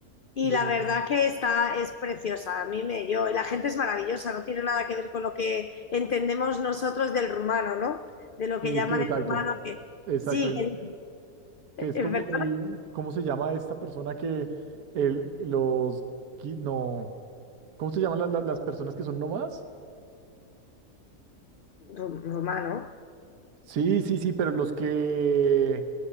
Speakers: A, on the left (about 60°); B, on the right (about 75°).
A: Y
B: De
A: la
B: lo
A: verdad
B: que-
A: que está, es preciosa, a mí me, yo, y la gente es maravillosa, no tiene nada que ver con lo que entendemos nosotros del rumano, ¿no? De lo
B: Sí,
A: que llaman
B: sí, exacto.
A: el rumano, que
B: Exacto.
A: sí,
B: el-
A: que
B: que
A: es
B: es como
A: verdad,
B: el, ¿cómo se llama esta persona que el, los, gui- no, ¿cómo se llaman las, las, las personas que son nómadas?
A: ru- rumano,
B: Sí, sí, sí, pero los que,